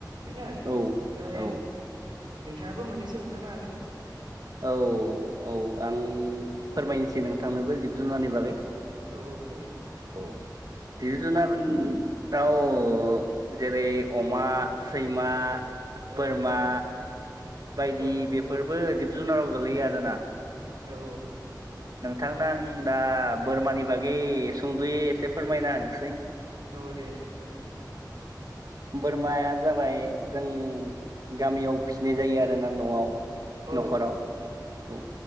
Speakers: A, on the right; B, on the right.
A: बेना आरो
B: औ
A: ओमफ्राय
B: औ
A: नोंथाङाबो मोननैसो खोन्थानो हागोन।
B: औ औ आं फोरमायनोसै नोंथांनोबो जिब जुनारनि बागै।
A: औ औ फोरमायदो।
B: औ जिब जुनार औ अ जेरै अमा, सैमा
A: औ
B: बोरमा बायदि
A: औ औ
B: बेफोरबो जुनाराव गोगलैयो आरोना।
A: औ औ
B: नोंथांनो आं दा बोरमानि बागै सुंद'यै एसे फोरमायना होनोसै।
A: औ दे दे फोरमाय औ।
B: बोरमाया जाबाय जों गामियाव फिसिनाय जायो आरोना न'आव।
A: औ
B: न'खराव औ।